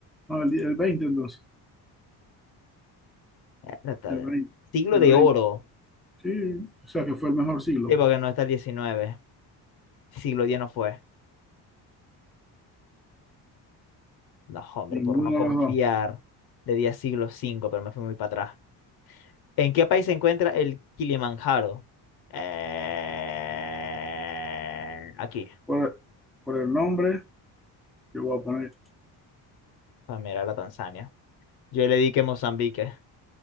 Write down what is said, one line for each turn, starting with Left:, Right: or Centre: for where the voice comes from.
Centre: No, el, di- el veinte entonces.
Left: Dártale.
Centre: El 20,
Left: Siglo
Centre: El
Left: de
Centre: 20,
Left: oro.
Centre: Sí, o sea que fue el mejor siglo.
Left: Sí,
Centre: pues.
Left: porque no está el XIX. Siglo diez no fue. No, hombre,
Centre: Ninguno
Left: por no confiar,
Centre: de los dos.
Left: le di a siglo cinco, pero me fui muy para atrás. ¿En qué país se encuentra el Kilimanjaro? Eh, aquí,
Centre: Por, por el nombre, yo voy a poner,
Left: para mirar a Tanzania. Yo le di que Mozambique.